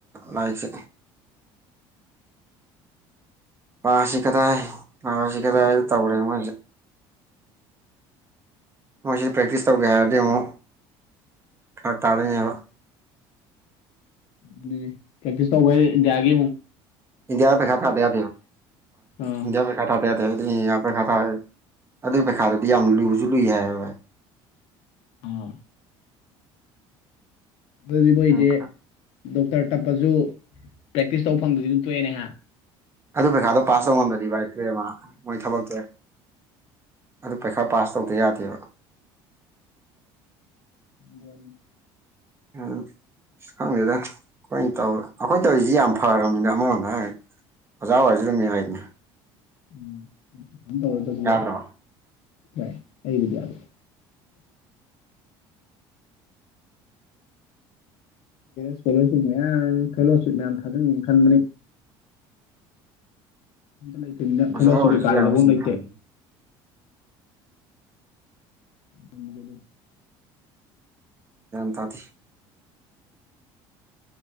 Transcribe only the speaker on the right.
ꯂꯥꯏꯁꯦ
ꯑꯥꯁꯤ ꯀꯗꯥꯏ ꯑꯥꯁꯤ ꯀꯗꯥꯏ ꯇꯧꯔꯦꯅ ꯃꯣꯏꯁꯦ ꯃꯣꯏꯁꯤ ꯄ꯭ꯔꯦꯛꯇꯤꯁ ꯇꯧꯒꯦ ꯍꯥꯏꯔꯗꯤ ꯑꯃꯨꯛ ꯈꯔ ꯇꯥꯔꯅꯤ ꯍꯥꯏꯕ
ꯏꯟꯗꯤꯌꯥ ꯄꯩꯁꯥ ꯊꯥꯗ ꯌꯥ
ꯏꯟꯗꯤꯌꯥ ꯄꯩꯁꯥ ꯊꯥ ꯄꯩꯈꯥ ꯊꯥ ꯑꯗꯨꯒꯤ ꯄꯩꯈꯥꯗꯗꯤ ꯌꯥꯝ ꯂꯨꯕꯁꯨ ꯂꯨꯏ ꯍꯥꯏ
ꯎꯝ
ꯑꯗꯨ ꯄꯩꯈꯥꯗꯣ ꯄꯥꯁ ꯇꯧꯉꯝꯗꯗꯤ ꯚꯥꯏ ꯇꯨꯔꯔꯦꯃ ꯃꯣꯏ ꯊꯕꯛꯇꯦ ꯑꯗꯨ ꯄꯩꯈꯥ ꯄꯥꯁ ꯇꯧꯗ ꯌꯥꯗꯦꯕ
ꯑꯝ ꯑ ꯈꯪꯗꯦꯗ ꯑꯩꯈꯣꯏꯅ ꯇꯧ ꯑꯩꯈꯣꯏ ꯇꯧꯔꯤꯁꯤ ꯌꯥꯝ ꯐꯅꯤꯅ ꯑꯃꯔꯣꯝꯗ ꯍꯥꯏꯦ ꯑꯣꯖꯥ ꯍꯥꯏꯖꯔꯝꯃꯤ ꯍꯥꯏꯅꯦ
ꯌꯥꯗ꯭ꯔꯣ
ꯑꯣꯖꯥ
ꯑꯣꯏꯔꯁꯨ
ꯌꯥꯕ
ꯁꯤꯟꯐꯝꯅꯤ
ꯇꯥꯗꯤ